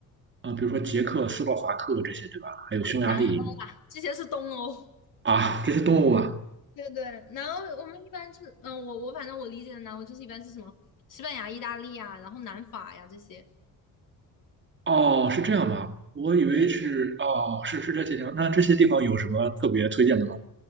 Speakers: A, on the right (about 30°); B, on the left (about 60°).
A: 啊、比如说捷克斯洛伐克这些，对吧？还有匈牙利
B: 南欧啊，这些是东欧。
A: 啊，这些动物吗？
B: 对对，南欧我们一般就是，嗯，我我反正我理解的南欧就是一般是什么西班牙、意大利啊，然后南法呀这些。
A: 哦，是这样吗？我以为是哦，
B: 对
A: 是是这些地方。那这些地方有什么特别推荐的吗？